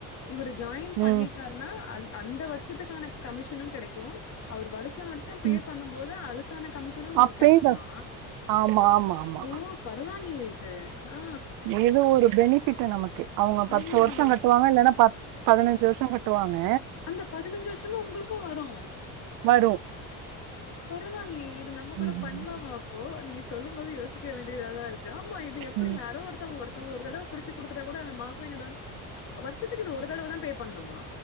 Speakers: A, on the left; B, on the right.
A: இவரு ஜாயின்
B: ம்,
A: பண்ணிட்டார் னா அ அந்த வருஷத்துக்கான கமிஷனு கெடைக்கு அவரு வருஷா வருஷம்
B: ம்.
A: பே பண்ணும்போது அதுக் கான கமிஷனு உங்ளுக்கு
B: அப்பயும்
A: கெடைக்குமா
B: க ஆமா, ஆமா, ஆமா.
A: ஓ பரவால்லியே இது ஆ
B: ஏதோ ஒரு பெனிபிட்டு நமக்கு அவுங்க பத்து
A: ஆமா
B: வருஷ கட்டுவாங்க இல்லனா பத் பதினஞ்சு வருஷ கட்டுவாங்க
A: அந்த பதினஞ்சு வருஷமா உங்ளுக்கு வரும்
B: வரு
A: பரவால்லியே இது நம் நம்ம கூட
B: ம்ஹ்ம்.
A: பண்லாமா அப்போ நீங்க சொல்லும் போது யோசிக்க வேண்டியத தா இருக்கு ஆமா இது எப்டி
B: ம்.
A: யாரோ ஒருத்தவங்க ஒருத்தவங்கள ஒருத்தடவ புடிச்சு குடுத்துட்டா கூட அந்த மாசம் ஏதாது வருஷத்துக்கு இது ஒரு தடவ தா பே பண்ணுமா